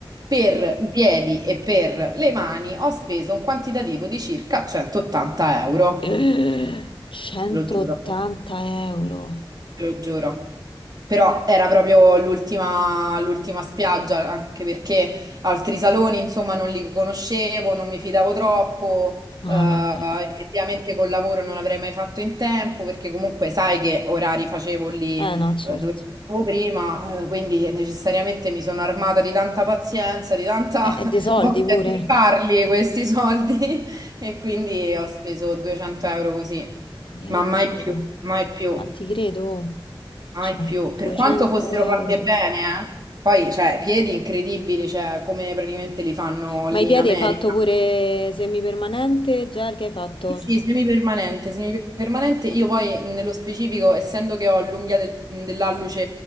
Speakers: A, on the right; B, on the left.
A: per i piedi e per le mani ho speso un quantitativo di circa 180 euro,
B: Eh, 180
A: lo giuro
B: euro.
A: te lo giuro. Però era proprio l'ultima l'ultima spiaggia, anche perché altri saloni, insomma, non li conoscevo, non mi fidavo troppo.
B: No,
A: eh,
B: vabbè.
A: effettivamente col lavoro non avrei mai fatto in tempo, perché comunque sai che orari facevo lì,
B: Eh no, certo.
A: eh, dove stavo prima, eh, quindi necessariamente mi sono armata di tanta pazienza, di tanta
B: Eh, È
A: <laughs>
B: dei soldi
A: voglia
B: pure.
A: di farli questi soldi, <laughs> e quindi ho speso 200 euro così,
B: Mio
A: ma mai
B: Dio,
A: più, mai più.
B: ma ti credo.
A: Mai
B: Cioè,
A: più, per
B: 200
A: quanto fossero
B: euro.
A: fatte bene, eh. Poi, cioè, piedi incredibili, cioè, come praticamente li fanno
B: Ma
A: lì
B: i piedi
A: in America.
B: hai fatto pure semipermanente? Gel che hai fatto?
A: Sì, sì, semipermanente, semipermanente. Io poi, nello specifico, essendo che ho l'unghia del- dell'alluce